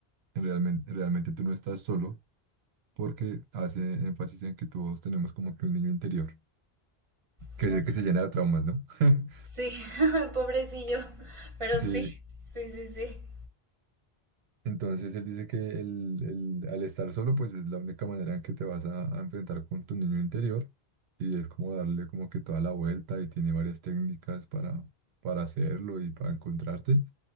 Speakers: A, on the right (about 80°); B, on the right (about 30°).
A: en realmente, realmente tú no estás solo porque hace énfasis en que todos tenemos como que un niño interior. que
B: Wow.
A: es el que se llena de traumas, ¿no? <laughs>
B: Sí, <laughs> pobrecillo. Pero
A: Sí,
B: sí, sí, sí, sí.
A: entonces él dice que el, el- al estar solo, pues es la única manera en que te vas a, a enfrentar con tu niño interior y es como darle como que toda la vuelta y tiene varias técnicas para, para hacerlo y para encontrarte.